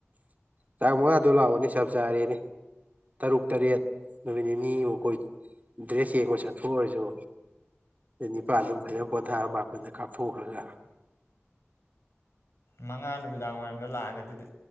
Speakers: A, on the right (about 35°); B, on the left (about 80°).
A: ꯇꯥꯡ ꯃꯉꯥꯗꯣ ꯂꯥꯛꯑꯣꯅꯦ ꯆꯞ ꯆꯥꯔꯦꯅꯦ ꯇꯔꯨꯛ ꯇꯔꯦꯠ ꯅꯨꯃꯤꯠ ꯅꯤꯅꯤꯃꯨꯛ ꯀꯣꯏ ꯗ꯭ꯔꯦꯁ ꯌꯦꯡꯕ ꯆꯠꯊꯣꯛꯑꯔꯁꯨ ꯅꯤꯄꯜꯗꯨꯝ ꯐꯖꯅ ꯄꯣꯊꯥꯔꯒ ꯃꯥꯄꯟꯗ ꯀꯥꯞ <unintelligible>
B: ꯃꯉꯥ ꯅꯨꯃꯤꯗꯥꯡ ꯋꯥꯏꯔꯝꯗ ꯂꯥꯛꯑꯒꯦ ꯑꯗꯨꯗꯤ